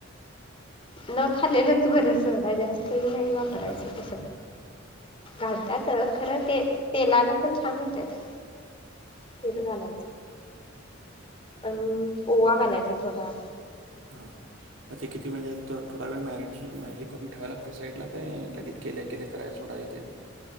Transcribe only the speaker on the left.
न खालेलंच बरं सोडा जास्त तेल नाय वापरायचं
तसं
घालतात खरं ते तेलानं पण छान होत्यात. तेल घालायचं. अन ओवा घालायचा थोडा.